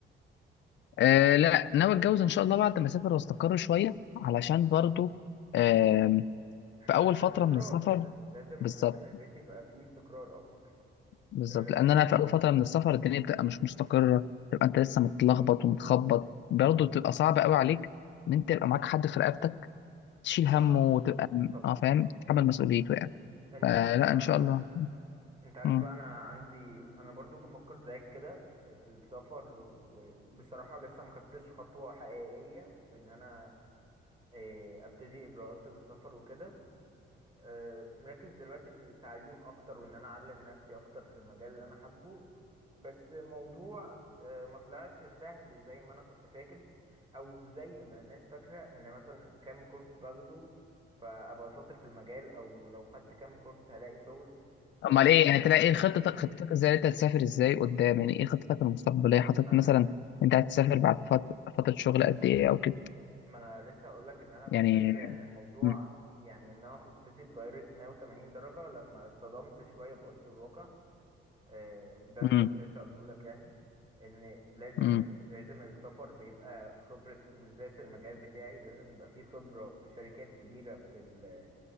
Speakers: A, on the left (about 65°); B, on the right (about 25°).
A: آه لا ناوي اتجوز ان شاء الله بعد ما اسافر واستقر شويه علشان برضو آم،
B: تحقق
A: في اول
B: الاستقرار
A: فتره من السفر
B: يعني لازم
A: بالظبط
B: لازم البيت يبقى فيه استقرار اكتر
A: بالظبط
B: آه،
A: لان انا في اول فتره من السفر الدنيا بتبقى مش مستقره تبقى انت لسه متلخبط ومتخبط برضه بتبقى صعبه قوي عليك ان انت يبقى معاك حد في رقبتك تشيل همه
B: طبعا
A: وتبقى
B: طبعا
A: اه فاهم تتحمل مسؤوليته يعني
B: انت
A: فلا
B: عارف بقى
A: ان شاء الله
B: انت عارف
A: مم.
B: بقى انا عندي انا برضو بفكر زيك كده آه، في السفر وبصراحة لسه ما خدتش خطوة حقيقية في ان انا اه، ابتدي اجراءات السفر وكده اه، مركز دلوقتي في التعليم اكتر وان انا اعلم نفسي اكتر في المجال اللي انا حابه بس الموضوع اه، ما طلعش سهل زي ما انا كنت فاكر او زي ما الناس فاكرة ان مثلا كام كورس باخده فابقى شاطر في المجال او لو خدت كام كورس هلاقي شغل فالموضوع
A: امال ايه يعني تلاقي ايه خطتك خطتك ازاي انت هتسافر ازاي قدام يعني ايه خطتك المستقبليه حاطط
B: ما انا
A: مثلا انت هتسافر بعد فت- فتره شغل قد ايه او كده
B: ما انا لسه اقول لك ان انا كنت
A: يعني
B: فاكر ان الموضوع
A: مم.
B: يعني ان انا خطتي اتغيرت 180 درجة لما اصطدمت شوية بأرض الواقع آه، ده
A: مم.
B: اللي كنت لسه اقوله لك يعني ان لازم
A: مم.
B: لازم السفر بيبقى خبرة وبالذات المجال بتاعي لازم يبقى فيه خبرة في شركات كبيرة في ال